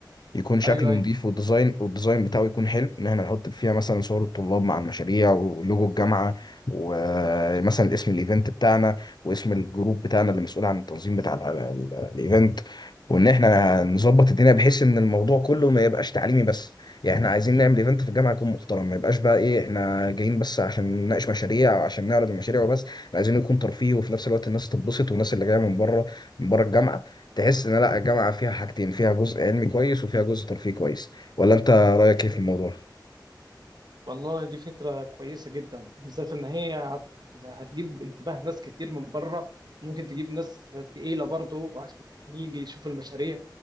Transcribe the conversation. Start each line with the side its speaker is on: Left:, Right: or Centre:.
Left: يكون شكله
Right: ايوه ايوه
Left: نظيف والديزاين والديزاين بتاعه يكون حلو ان احنا نحط فيها مثلا صور الطلاب مع المشاريع ولوجو الجامعه ومثلا
Right: مم.
Left: اسم الايفنت بتاعنا واسم الجروب بتاعنا اللي مسؤول عن التنظيم بتاع ال- ال- الايفنت وان احنا نظبط الدنيا بحيث ان الموضوع كله ما يبقاش تعليمي بس يعني احنا عايزين نعمل ايفنت في
Right: مم.
Left: الجامعه يكون محترم ما يبقاش بقى ايه احنا جايين بس عشان نناقش مشاريع او عشان نعرض المشاريع وبس إحنا عايزين يكون ترفيه وفي نفس الوقت الناس تتبسط والناس اللي جايه من بره من بره الجامعه تحس ان لا الجامعه فيها حاجتين فيها جزء علمي كويس وفيها جزء ترفيه كويس ولا انت رايك ايه في الموضوع
Right: والله دي فكرة كويسة جدا بالذات إن هي هت- هتجيب انتباه ناس كتير من بره ممكن تجيب ناس تقيلة برضه وعشان يجي يشوف المشاريع